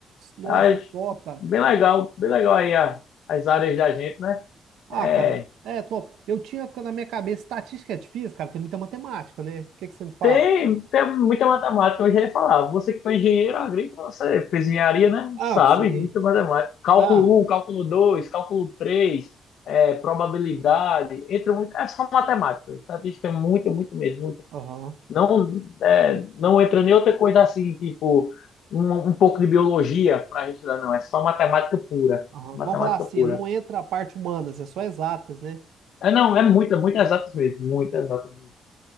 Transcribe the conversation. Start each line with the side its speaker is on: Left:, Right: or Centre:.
Right: Nossa,
Left: Ah,
Right: top, cara.
Left: bem legal, bem legal aí a- as áreas
Right: Ah,
Left: da gente, né?
Right: ah,
Left: É,
Right: cara, é top. Eu tinha na minha cabeça estatística é difícil, cara, tem muita matemática, né? O que que você me fala?
Left: Tem, tem muita matemática, eu já ia falar. Você que foi engenheiro agrícola, você fez engenharia, né?
Right: Ah,
Left: Sabe,
Right: sim.
Left: muita matemática. Cálculo
Right: Ah,
Left: um cálculo dois cálculo três é, probabilidade. Entra muito. É só matemática. Estatística é muito, muito mesmo. Muito.
Right: aham,
Left: Não, é, não entra nem outra coisa assim, tipo, um, um pouco de biologia para a gente estudar, não. É só matemática pura.
Right: aham.
Left: Matemática
Right: Vamos falar assim,
Left: pura.
Right: não entra a parte humanas, é só exatas, né?
Left: É, não, é muita, muito exatas mesmo. muita exatas mesmo.